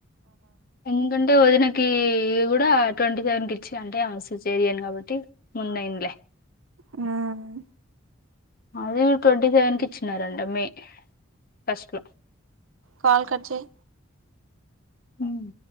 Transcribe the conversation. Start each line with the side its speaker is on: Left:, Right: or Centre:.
Left: ఎందుకంటే వదినక్ కి కూడా ట్వంటీ సెవెన్ క ఇచ్చి అంటే ఆమె సిస్సెరైన్ కాబట్టి ముందు అయిందిలే
Right: మ్మ్
Left: అది కూడ ట్వంటీ సెవెన్కి ఇచ్చినరంటా మే ఫస్ట్లో
Right: కాల్ కట్ చేయి
Left: మ్మ్